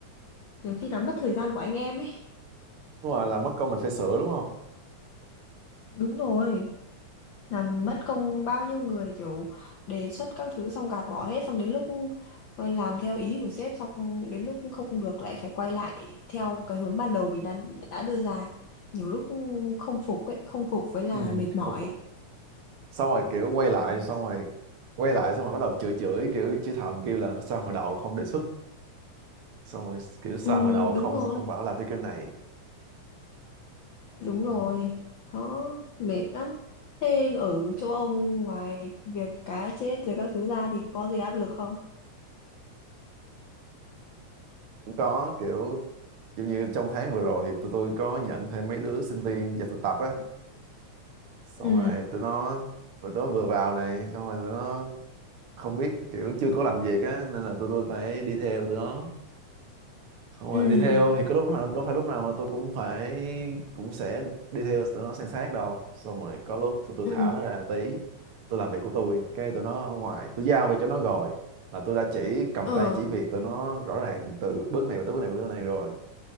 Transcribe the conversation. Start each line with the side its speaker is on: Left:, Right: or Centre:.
Left: Nhiều khi làm mất thời gian của anh em ấy.
Right: đúng rồi là mất công mình phải sửa đúng không
Left: Đúng rồi. làm mất công bao nhiêu người kiểu đề xuất các thứ xong gạt bỏ hết xong đến lúc ờ, làm theo ý của sếp xong đến lúc không được lại phải quay lại theo cái hướng ban đầu mình đã, đã đưa ra nhiều lúc không phục ấy, không phục với là
Right: ừ,
Left: mệt mỏi
Right: không phục xong rồi kiểu quay lại
Left: Ừ.
Right: xong rồi quay lại xong rồi bắt đầu chửi chửi kiểu chửi thầm kêu là sao hồi đầu không đề xuất xong rồi kiểu sao
Left: ừ,
Right: hồi đầu không
Left: đúng rồi
Right: không bảo làm theo kiểu này
Left: đúng
Right: ừ.
Left: rồi đó mệt lắm thế ở chỗ ông ngoài việc cá chết rồi các thứ ra thì có gì áp lực không
Right: cũng có kiểu giống như trong tháng vừa rồi thì tụi tôi có nhận thêm mấy đứa sinh viên vào thực tập á xong
Left: ừ
Right: rồi tụi nó tụi nó vừa vào này xong rồi tụi nó không biết kiểu chưa có làm việc á nên là tụi tôi phải đi theo tụi nó xong rồi
Left: ừ
Right: đi theo thì có lúc nào đâu phải lúc nào mà tôi cũng phải cũng sẽ đi theo tụi nó san sát đâu xong rồi có lúc tụi tôi
Left: ừ
Right: thả nó ra tí tôi làm việc của tôi cái tụi nó ở ngoài tôi giao việc cho nó rồi là tôi đã chỉ cầm
Left: ờ
Right: tay chỉ việc tụi nó rõ ràng từ bước này tới bước này tới bước này rồi